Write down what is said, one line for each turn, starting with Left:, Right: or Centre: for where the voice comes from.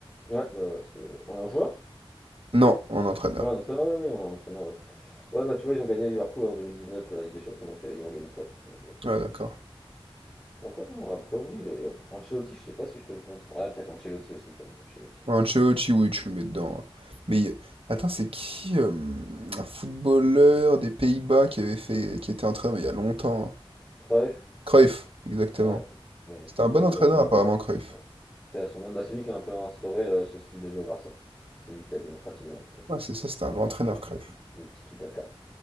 Left: Ouais, bah ouais, parce que en joueur?
Right: Non, en entraîneur.
Left: Ouais, en entraîneur, oui, oui, en entraîneur, oui. Ouais, bah tu vois, ils ont gagné Liverpool en 2019, la Ligue des Champions, donc il y avait Jürgen Klopp, exactement.
Right: Ouais, d'accord.
Left: Donc ouais, non, après oui, il y a- Ancelotti, je sais pas si je te le compte. Ouais, peut-être Ancelotti aussi quand même, Ancelotti.
Right: Ancelotti, oui, tu le mets dedans. hein. Mais attends, c'est qui euh, un footballeur des Pays-Bas qui avait fait, qui était entraîneur mais il y a longtemps. hein.
Left: Cruyff,
Right: Cruyff, exactement.
Left: ouais, Jürgen
Right: C'était
Left: Klopp,
Right: un bon
Left: rip,
Right: entraîneur
Left: euh,
Right: apparemment, Cruyff.
Left: ouais, paix à son âme. Bah, c'est lui qui a un peu instauré euh, ce style de jeu au Barça. C'est lui qui l'a démocratisé en tout cas.
Right: Ouais, c'est ça, c'était un grand entraîneur,
Left: Le tiki,
Right: Cruyff.
Left: le tiki-taka.